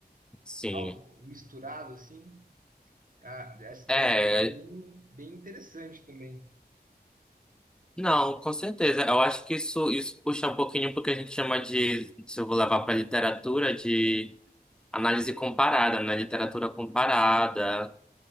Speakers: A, in the centre; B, on the right (about 55°).
A: sim.
B: algo misturado assim, ah, essa
A: É,
B: deve ser bem, bem interessante também.
A: não, com certeza. Eu acho que isso, isso puxa um pouquinho porque a gente chama de, se eu vou levar para literatura, de análise comparada, né? Literatura comparada.